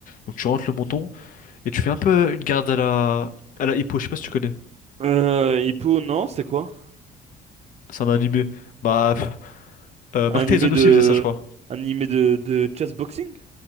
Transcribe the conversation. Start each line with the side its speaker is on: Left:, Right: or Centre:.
Left: Donc tu rentres le menton et tu fais un peu une garde à la à la hippo, je sais pas si tu connais.
Right: Euh, Hippo, non, c'est quoi?
Left: C'est un animé. Bah pff, euh, Mark
Right: Un animé
Left: Tyson
Right: de...
Left: aussi faisait ça, je crois.
Right: Un animé de, de chess boxing?